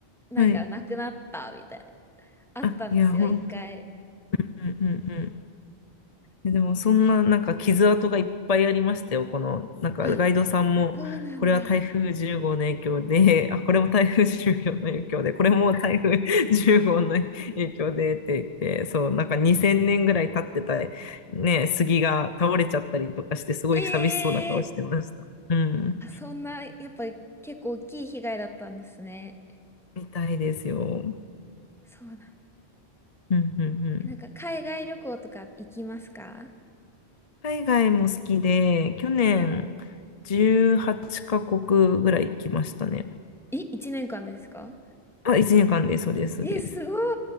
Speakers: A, in the centre; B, on the left (about 40°).
A: なんか亡くなったみたい
B: はい。
A: な、あったんですよ、
B: あ、いや、本当。
A: 一回。
B: うんうんででも、そんななんか傷跡がいっぱいありましたよ。この、なんかガイドさんも、
A: あ、そうなんだ。
B: これは台風10号の影響で、あ、これも台風10号の影響で、これも台風10号の影響でって言って、そう、なんか2000年ぐらい経ってた、ね、杉が倒れちゃったりとかして、すごい寂しそうな顔してました。
A: ええ
B: うん。
A: あ、そんな、やっぱ結構大きい被害だったんですね。
B: みたいですよ。
A: そうなんだ。
B: うん、うん、うん。
A: なんか海外旅行とか行きますか
B: 海外も好きで、去年
A: おおー。
B: 18カ国ぐらい来ましたね。
A: え、1年間でですか
B: あ、1年間で、そうです、そうです。
A: え、すごい。